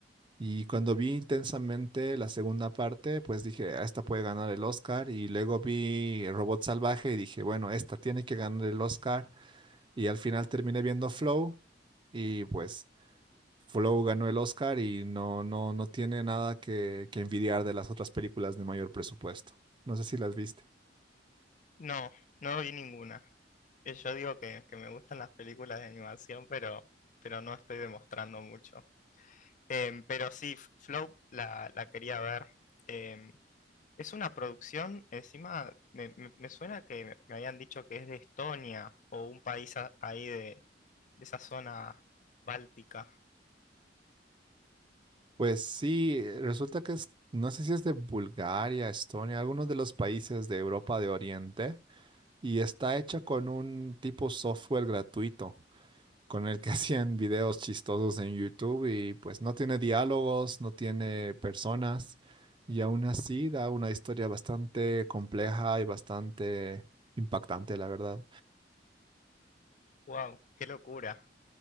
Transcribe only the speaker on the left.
No, no vi ninguna. Eh, Yo digo que, que me gustan las películas de animación, pero, pero no estoy demostrando mucho. Em, pero sí, F- Flow la, la quería ver. Em, es una producción, encima me, me- me suena que me me habían dicho que es de Estonia o un país a- ahí de, de esa zona báltica.
¡Wow! ¡Qué locura!